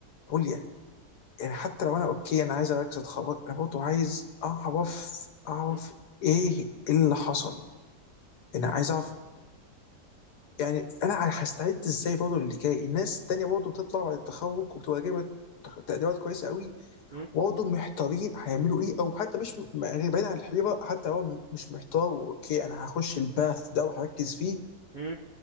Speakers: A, on the left; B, on the right.
A: بقول يعني يعني حتى لو انا اوكي انا عايز اركز اتخرج انا برضه عايز اعرف اعرف
B: م-
A: ايه اللي حصل انا عايز اعرف يعني انا هستعد ازاي برضه للي جاي الناس التانية برضه بتطلع بعد التخرج وبتبقى جايبه تق- تقديرات كويسه قوي
B: م-
A: وبرضه محتارين هيعملوا ايه او حتى مش م- يعني بعيد عن الحيره حتى لو م- مش محتار اوكي انا هخش الباث ده وهركز فيه
B: م.